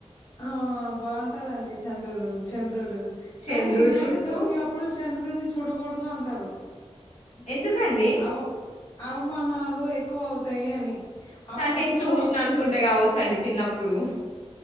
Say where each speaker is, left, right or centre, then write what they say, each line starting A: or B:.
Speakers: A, on the left; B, on the left.
A: ఆహ్ బావుటదండి చందురు చంద్రుడు
B: చంద్రుడు
A: కాని వినాయక
B: చుట్టూ
A: చవితి అప్పుడు చంద్రున్ని చూడగూడదు అంటారు.
B: ఎందుకండి?
A: అఓ అవమానాలు ఎక్ క్కువ్ అవుతాయి అని అప్పట్లో
B: కాని నేన్ చూసిన అనుకుంట కావచ్చు అండి చిన్నప్ ప్పుడు